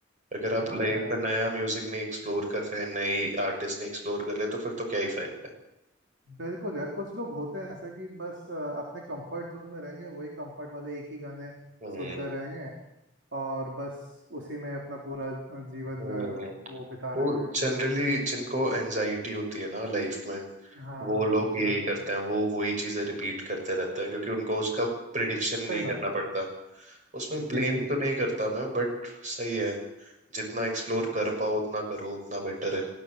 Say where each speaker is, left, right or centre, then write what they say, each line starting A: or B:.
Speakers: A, on the right; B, on the right.
A: अगर आप
B: हाँ
A: लाइफ
B: यार
A: में नया म्यूजिक नहीं एक्सप्लोर कर रहे हैं नई आर्टिस्ट नहीं एक्सप्लोर कर रहे तो फिर तो क्या ही फायदा है
B: बिल्कुल यार कुछ लोग होते हैं ऐसे कि बस अ, अपने कंफर्ट जोन में रहेंगे वही कंफर्ट वाले एक ही गाने
A: हम्म
B: सुनते रहेंगे और बस उसी में अपना पूरा अ, जीवन
A: हम्म
B: जो है वो बिता
A: वो
B: देंगे
A: जनरली जिनको एनजाइटी होती है ना लाइफ में
B: हाँ
A: वो
B: हाँ
A: लोग
B: हाँ
A: यही
B: बिल्कुल
A: करते हैं वो वही चीजें रिपीट करते रहते हैं क्योंकि उनको उसका प्रिडिक्शन
B: सही
A: नहीं करना
B: बात है
A: पड़ता उसमें ब्लेम
B: जी जी
A: तो नहीं करता मैं बट सही है जितना एक्सप्लोर कर पाओ उतना करो उतना बेटर है